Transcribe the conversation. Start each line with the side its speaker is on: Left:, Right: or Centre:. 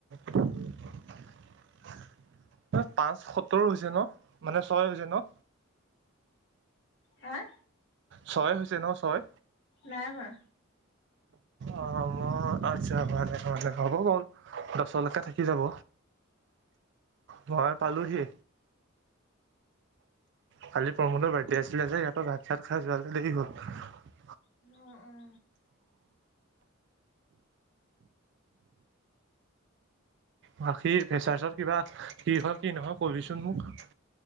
Right: পাঁচ সত্তৰ হৈছে ন মানে ছয় হৈছে ন
Left: আহ।
Right: ছয় হৈছে ন ছয়।
Left: নাই হোৱা।
Right: অ আচ্ছা ভালে ভে হব ক। দছলৈকে থাকি যাব মই পালোহি। কালি প্ৰমোদৰ বাৰ্থডে আছিলে যে ইয়াৰ পৰা ভাত খাত খাই যোৱাকালি দে হ'ল
Left: উম! উম!
Right: বাকী ফেচাৰছৰ কিবা কি হয়ল কি নহয় কবিচোন মোক।